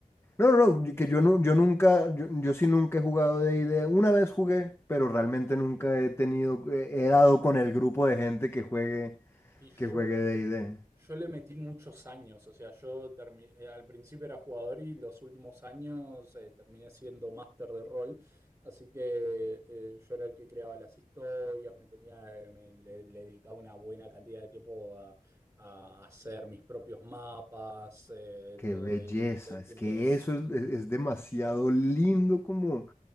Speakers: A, on the left; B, on the right.
A: No, no, no, que yo, no, yo nunca, yo, yo sí nunca he jugado D&D. Una vez jugué, pero realmente nunca he tenido, he dado con el grupo de gente que juegue,
B: Y
A: que juegue
B: yo,
A: D&D.
B: yo le metí muchos años, o sea, yo termi- eh, al principio era jugador y los últimos años eh, terminé siendo máster de rol, así que eh, yo era el que creaba las historias, me tenía, eh, me- le, le dedicaba una buena cantidad de tiempo a, a hacer mis propios mapas, eh,
A: Qué
B: todo
A: belleza,
B: el, todo el
A: es
B: tiempo
A: que
B: es...
A: eso es, es es demasiado lindo como...